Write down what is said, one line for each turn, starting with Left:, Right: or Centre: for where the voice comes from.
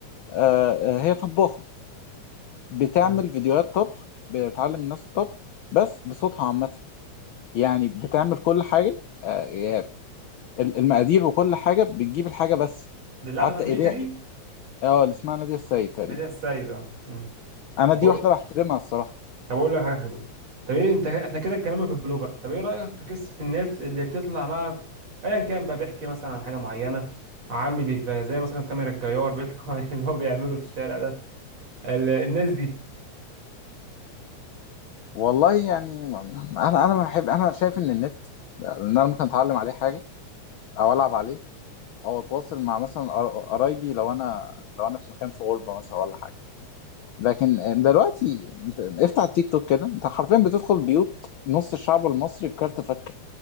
Left: آه، آه، هي طباخه بتعمل
Right: آه.
Left: فيديوهات طبخ بتعلم الناس الطبخ بس بصوتها عامه يعني بتعمل كل حاجه آه، يعني ال- المقادير وكل حاجه بتجيب الحاجه بس
Right: دي اللي
Left: حتى
Right: قاعدة في أمريكا
Left: ايديها
Right: دي
Left: اه اللي اسمها نادية السيد تقريبا
Right: نادية السيد اه مم.
Left: انا
Right: طب
Left: دي
Right: أقول
Left: واحده بحترمها الصراحه
Right: طب أقول لك حاجة حلوة طب إيه أنت إحنا كده اتكلمنا في البلوجر طب إيه رأيك في قصة الناس اللي بتطلع مع أيا كان بقى بيحكي مثلا عن حاجة معينة عامل بيتف- زي مثلا تامر الجيار بيطلع <laughs> اللي هو بيعمله في الشارع ده ال- الناس دي
Left: والله يعني ما- ما- انا انا ما بحب انا شايف ان النت ان انا ممكن اتعلم عليه حاجه او العب عليه او اتواصل مع مثلا قر- قرايبي لو انا لو انا في مكان في غربه مثلا ولا حاجه لكن دلوقتي انت افتح التيك توك كده انت حرفيا بتدخل بيوت نص الشعب المصري بكارت فكه